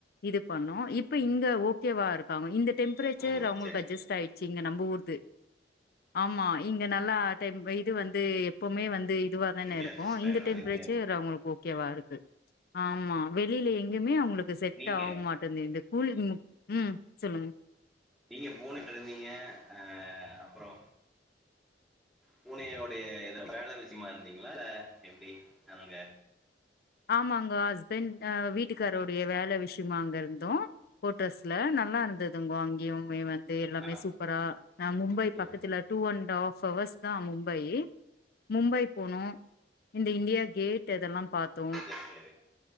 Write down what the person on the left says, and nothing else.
இது பண்ணோ இப்ப இங்க ஓகேவா இருக்காங்கோ இந்த டெம்ப்ரேச்சர்
அவங்களுக்கு
அட்ஜஸ்ட்
ஆயிடுச்சு இங்க நம் ஊர்து ஆமா இங்க நல்லா டைம் ஆ இது வந் து எப்பமே வந்து இதுவாதானே
இருக்
இந்த
டெம்ப்ரேச்சர்
அவங்களுக்கு ஓகே வா இருக்கு ஆமா வெளில எங்கயுமே அவங்களு க்கு செட்
ஆக மாட்டேன்து இந்த கூலிங் ம் சொல்லுங்க
ஆமாங்கோ ஹஸ்பெண்ட் ஆ வீட்டுக்காருடைய வேல விஷயமா அங்க இருந்தோ கோட்டர்ஸ்ல நல்லா இருந்ததுங்கோ அங்கயுமே வந் து எல்லாமே
சூப்பரா ஆ மும்பை
பக்கத்துல டூ அண்ட் ஆஃப் ஹவர்ஸ்தா அங்க இருந்து மும்பை மும்பை போனோ இந்த இந்தியா கேட் இதெல்லா பாத் ம்